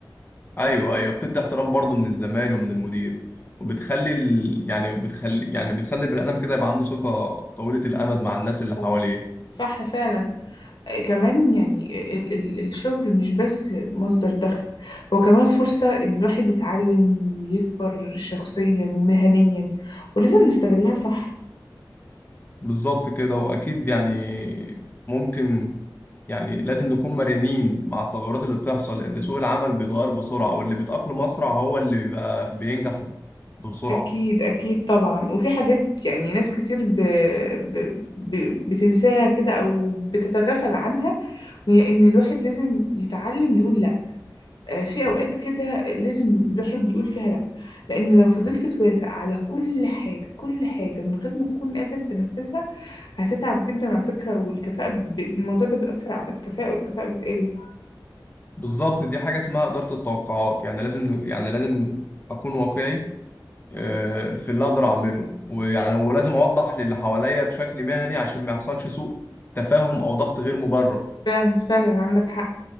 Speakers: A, on the left; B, on the left.
A: ايوه ايوه بتدي احترام برضه من الزمايل ومن المدير وبتخلي ال... يعني بتخلي يعني بتخلي البني ادم كده يبقى عنده ثقه طويله الامد مع الناس اللي حواليه
B: آه، صح فعلا آه، كمان يعني ال ال الشغل مش بس مصدر دخل هو كمان فرصة إن الواحد يتعلم ويكبر شخصيا ومهنيا ولازم نستغلها صح
A: بالظبط كده واكيد يعني ممكن يعني لازم نكون مرنين مع التغيرات اللي بتحصل لان سوق العمل بيتغير بسرعه واللي بيتاقلم اسرع هو اللي بيبقى بينجح بسرعه
B: أكيد أكيد طبعا وفي حاجات يعني ناس كتير ب... ب... ب... بتنساها كده أو بتتغافل عنها وهي إن الواحد لازم يتعلم يقول لأ آه، في أوقات كده لازم الواحد يقول فيها لأ لأن لو فضلت توافق على كل حاجة كل حاجة من غير ما تكون قادر تنفذها هتتعب جدا على فكرة والكفاءة ب... الموضوع ده بيأثر على الكفاءة والكفاءة بتقل
A: بالظبط دي حاجه اسمها اداره التوقعات يعني لازم يعني لازم اكون واقعي آه، في اللي اقدر اعمله ويعني ولازم اوضح للي حواليا بشكل مهني عشان ما يحصلش سوء تفاهم او ضغط غير مبرر
B: فعلا فعلا عندك حق